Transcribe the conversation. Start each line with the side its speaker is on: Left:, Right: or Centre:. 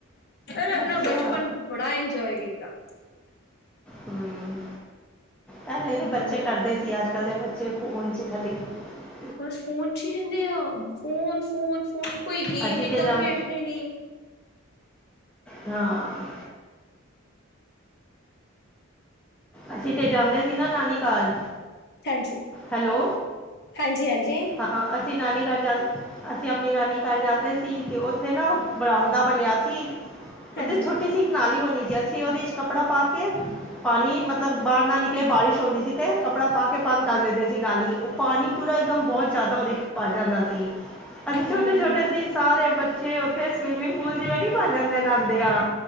Left: ਮੈਂ ਆਪਣਾ
Centre: ਅੱਛਾ
Left: ਬਚਪਨ ਬੜਾ ਇੰਜੋਏ ਕੀਤਾ।
Centre: ਹੂ, ਹੱਲੇ ਤੇ ਬੱਚੇ
Left: ਬੜਾ
Centre: ਕਰਦੇ ਸੀ ਅੱਜ ਕੱਲ ਦੇ ਚਿਪ ਉਜ ਹੀ ਖੱਲ <unintelligible>
Left: ਬਸ ਫੋਨ ਚ ਹੀ ਰਹਿੰਦੇ ਆ, ਫੋਨ- ਫੋਨ -ਫੋਨ ਕੋਈ ਗੇਮ
Centre: ਅਸੀਂ
Left: ਏਦਾਂ
Centre: ਤੇ ਜਾਂ
Left: ਖੇਡਦੇ ਨੇ।
Centre: ਹਾਂ। ਅਸੀਂ ਤੇ ਜਾਂਦੇ ਸੀ ਨਾ ਨਾਨੀ ਘਰ
Left: ਹਾਂਜੀ -ਹਾਂਜੀ-
Centre: ਹੈਲੋ
Left: ਹਾਂਜੀ।
Centre: ਹਾਂ, ਅਸੀਂ ਨਾਨੀ ਘਰ ਜਾਂ ਅਸੀਂ ਆਪਣੀ ਨਾਨੀ ਘਰ ਜਾਂਦੇ ਸੀ ਤੇ ਉੱਥੇ ਨਾ ਬਰਾਮਦਾ ਬਣਿਆ ਸੀ।
Left: ਹਾਂਜੀ
Centre: ਉਥੇ ਛੋਟੀ ਸੀ ਇੱਕ ਨਾਲੀ ਬਣੀ ਸੀ, ਅਸੀਂ ਉਹਦੇ ਚ ਕੱਪੜਾ ਪਾ ਕੇ ਪਾਣੀ ਮਤਲਬ ਬਾਹਰ ਨਾ ਨਿਕਲੇ ਬਾਰਿਸ਼ ਹੁੰਦੀ ਸੀ ਤੇ ਕੱਪੜਾ ਪਾ ਕੇ ਬੰਦ ਕਰ ਦਿੰਦੇ ਸੀ ਨਾਲੀ, ਉਹ ਪਾਣੀ ਪੂਰਾ ਬਹੁਤ ਜ਼ਿਆਦਾ ਉਹ ਭਰ ਜਾਂਦਾ ਸੀ ਅਸੀਂ
Left: ਹਮ
Centre: ਛੋਟੇ ਛੋਟੇ ਸੀ ਸਾਰੇ ਬੱਚੇ ਉੱਥੇ ਸਵੀਮਿੰਗ ਪੂਲ ਜਿਵੇ ਨੀ ਬਣ ਜਾਂਦੇ ਨਾਂਦੇ ਆ